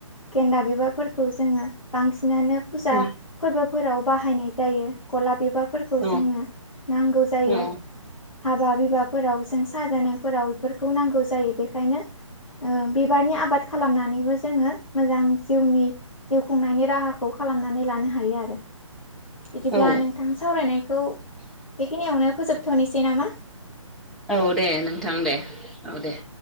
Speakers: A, on the left; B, in the centre.
A: गेन्दा बिबारफोरखौ जोङो बांसिनानो फुजा
B: औ
A: फोरबोफोराव बाहायनाय जायो। गलाब बिबारफोरखौ
B: औ
A: जोंनो नांगौ जायो
B: औ
A: हाबा बिबाफोराव। साजानायफोराव बेफोरखौ नांगौ जायो बेनिखायनो ओ बिबारनि आबाद खालामनानैबो जोङो मोजां जिउनि जिउ खुंनायनि राहाखौ खालामनानै लानो हायो आरो बिदिब्ला
B: औ
A: नोंथां सावरायनायखौ बेखिनियावनो फोजोबथ'नोसै नामा?
B: औ दे नोंथां दे औ दे